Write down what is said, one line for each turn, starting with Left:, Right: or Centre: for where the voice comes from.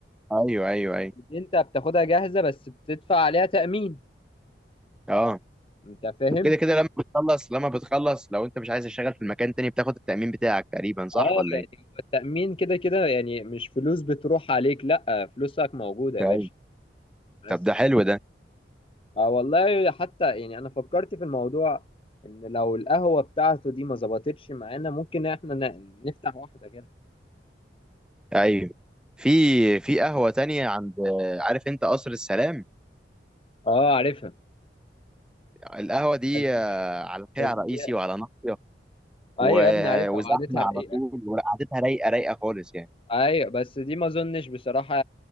Centre: ايوه ايوه ايوه
Left: انت بتاخدها جاهزة بس بتدفع عليها تأمين
Centre: اه
Left: انت فاهم
Centre: كده كده لما بتخلص لما بتخلص لو انت مش عايز تشتغل في المكان تاني بتاخد التأمين بتاعك تقريبا صح
Left: اه
Centre: ولا
Left: يعني
Centre: ايه
Left: هو التأمين كده كده يعني مش فلوس بتروح عليك لا فلوسك موجودة يا
Centre: ايوه
Left: باشا
Centre: طب
Left: بس
Centre: ده حلو ده
Left: اه والله حتى يعني انا فكرت في الموضوع ان لو القهوة بتاعته دي ما ظبطتش معانا ممكن احنا ن- نفتح واحدة غيرها
Centre: ايوه في في قهوة تانية عند عارف انت قصر السلام
Left: اه عارفها
Centre: القهوة دي
Left: بس دي
Centre: آه، على شارع
Left: بس دي
Centre: رئيسي وعلى ناصية و-
Left: ايوه يا ابني عارفها
Centre: وزحمة
Left: وقعدتها رقيقة
Centre: على طول وقعدتها رايقة رايقة خالص يعني
Left: ايوه بس دي ما اظنش بصراحة